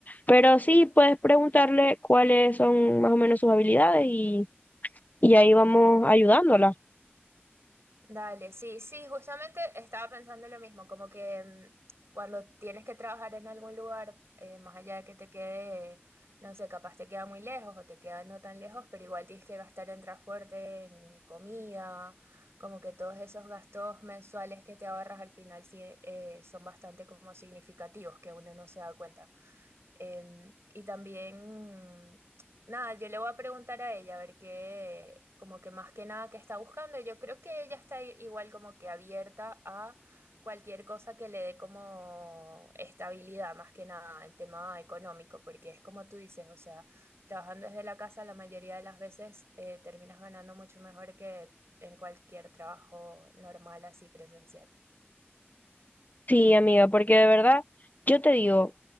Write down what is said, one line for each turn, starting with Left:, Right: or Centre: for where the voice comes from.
Left: Pero sí puedes preguntarle cuáles son más o menos sus habilidades y, y ahí vamos ayudándola.
Right: Dale, sí, sí, justamente estaba pensando lo mismo, como que mm, cuando tienes que trabajar en algún lugar, eh, más allá de que te quede, no sé, capaz te queda muy lejos o te queda no tan lejos, pero igual tienes que gastar en transporte, en comida, como que todos esos gastos mensuales que te ahorras al final sí, eh, son bastante como significativos, que uno no se da cuenta. Em, y también, nada, yo le voy a preguntar a ella a ver qué, como que más que nada qué está buscando. Yo creo que ella está i- igual como que abierta a cualquier cosa que le dé como estabilidad, más que nada en tema económico, porque es como tú dices, o sea, trabajando desde la casa la mayoría de las veces eh, terminas ganando mucho mejor que en cualquier trabajo normal así presencial.
Left: Sí, amiga, porque de verdad, yo te digo,